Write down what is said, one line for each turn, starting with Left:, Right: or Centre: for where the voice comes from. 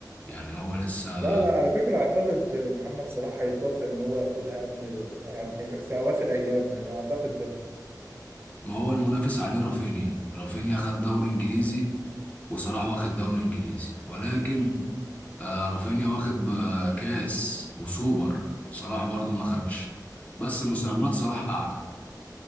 Left: يعني هو لسه
Right: لا لا على فكرة أعتقد محمد صلاح هيتوفى إن هو ياخدها قبل يعني يبقى في أواخر أيامه يعني أعتقد ده
Left: ما هو المنافس عليه رافينيا رافينيا خد دوري انجليزي وصلاح واخد دوري انجليزي ولكن آه رافينيا واخد بكاس وسوبر صلاح برضو ما خدش بس مساهمات صلاح اعلى